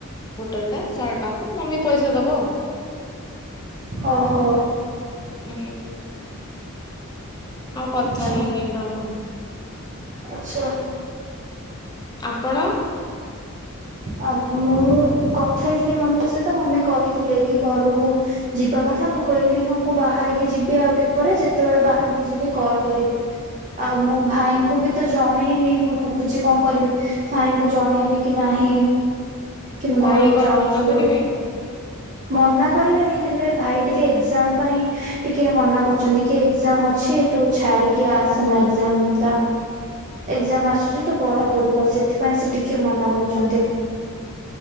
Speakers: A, on the left; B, on the right.
A: ବଟଲ ଟା ଟା ମମି ପଇସା ଦବ ଆଉ।
B: ଓହୋ।
A: ହୁଁ। ଆଉ କଥା
B: ଆଚ୍ଛା
A: ହେଇନି ଜମା।
B: ଆଚ୍ଛା।
A: ଆପଣ?
B: ଆ ମୁଁ କଥା ହେଇଥିଲି ମମିଙ୍କ ସହିତ ମମି କହିଥିଲେ କି ଘରକୁ ଜି ଯିବା କଥା ମୁଁ କହିଲି ହଁ ମୁଁ ବାହାରିକି ଯିବି ଆଉ ଟିକେ ପରେ ଯେତେବେଳେ ବାହାରିକି ଯିବି କଲ କରିବି। ଆଉ ମୁ ଭାଇଙ୍କୁ ବି ତ ଜଣେଇନି ମୁଁ ଭାବୁଛି କଣ କରିବି ଭାଇଙ୍କୁ ଜଣେଇବି କି ନାହିଁ କି ମୁଁ ଘରକୁ
A: ଭାଇ କଣ
B: ଯାଉଛି
A: ମନା କରିବେ?
B: ବୋଲି। ମନା କରିବେନି ହେଲେ ଭାଇ ଟିକେ ଏକ୍ଜାମ ପାଇଁ ଟିକେ ମନା କରୁଛନ୍ତି କି ଏକ୍ଜାମ ଅଛି ତୁ ଛାଡ଼ିିକି ଆସେନା ଏଗଜାମ ଟା ଏଗଜାମ ଆସୁଛି ତୁ ପଢାପଢି କରୁ ସେଥିପାଇଁ ସେ ଟିକେ ମନା କରୁଛନ୍ତି।